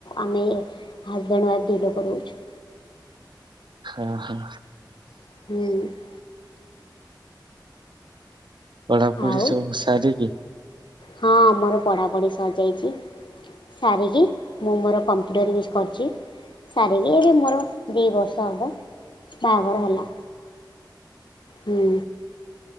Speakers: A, on the left; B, on the right.
A: ଆମେ ହଜବେଣ୍ଡ ୱାଇଫ୍ ଡିଲୋକରେ ଅଛୁ।
B: ହଁ ହଁ।
A: ହୁଁ
B: ପଢାପଢି
A: ଆଉ
B: ସବୁ ସାରିକି
A: ହଁ ମୋର ପଢାପଢି ସରିଯାଇଛି। ସାରିକି ମୁଁ ମୋର କମ୍ପ୍ୟୁଟର ୟୁଜ୍ କରୁଛି। ସାରିକି ଏବେ ମୋର ଦୁଇ ବର୍ଷ ହେବ ବାହାଘର ହେଲା। ହୁଁ